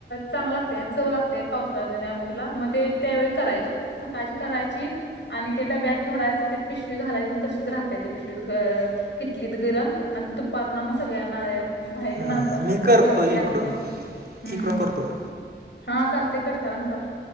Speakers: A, on the left; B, on the right.
A: चांग लागते चव लागते पावसाळ्या त्या आमटला मग ते. त्यावेळी करायची सकाळची करायची. आणि ते डब्यात भरायचं ते पिशवी घालायची म तशीच राहतेय ते पिशवीत गर किलीत गरम आणि त दुपारना मग सगळ्यांना. बाहेली
B: हम्म
A: माणसं असते
B: मी करतो
A: ती घरची
B: इकडून
A: आमची हम्म.
B: इकडून करतो मी
A: हा चाल ते कट करा ना खरा.